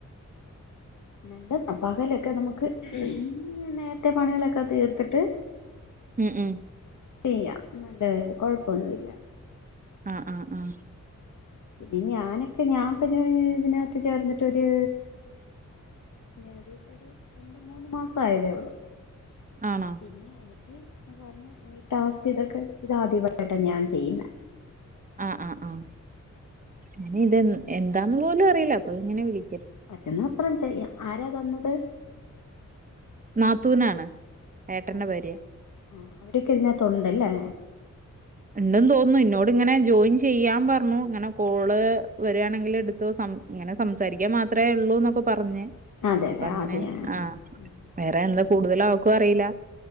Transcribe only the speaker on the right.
ഉം ഉം
ആഹ ആഹ് ആ
ആണോ?
ആഹ് ആഹ് ആഹ് ഞാൻ
എന്താന്ന് പോലും അറിയില്ല അപ്പൊ എങ്ങനെ വിളി
നാത്തൂനാണ് ഏട്ടന്റെ
ഭാര്യ.
ഉണ്ടെന്ന് തോന്നുന്നു ഇന്നോട് ഇങ്ങനെ ജോയിൻ ചെയ്യാൻ പറഞ്ഞു ഇങ്ങനെ കോള് വരിയാണെങ്കിൽ എടുത്ത സം ഇങ്ങനെ സംസാരിക്കൻ മാത്രമേ ഉള്ളൂ എന്നൊക്കെ പറഞ്ഞ്
അപ്പ
അങ്ങനെ
ആഹ
വേറെ എന്താ കൂടുതല അവക്കും അറിയില്ല